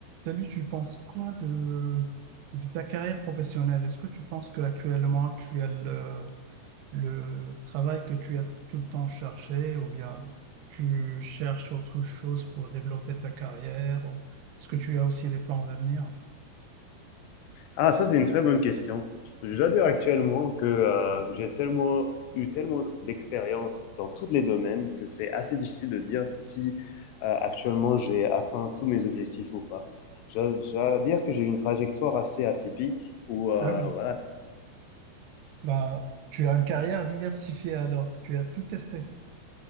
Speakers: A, on the right; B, on the left.
A: Salut, tu penses quoi de, de ta carrière professionnelle? Est-ce que tu penses qu'actuellement tu as le, le travail que tu as tout le temps cherché ou bien tu cherches autre chose pour développer ta carrière ou est-ce que tu as aussi des plans d'avenir?
B: Ah, ça, c'est une très bonne question. Je dois dire actuellement que euh, j'ai tellement eu tellement d'expérience dans tous les domaines que c'est assez difficile de dire si euh, actuellement j'ai atteint tous mes objectifs ou pas. Je je dois dire que j'ai eu une trajectoire assez atypique où, euh,
A: Ah oui,
B: voilà.
A: bah, tu as une carrière diversifiée alors, tu as tout testé.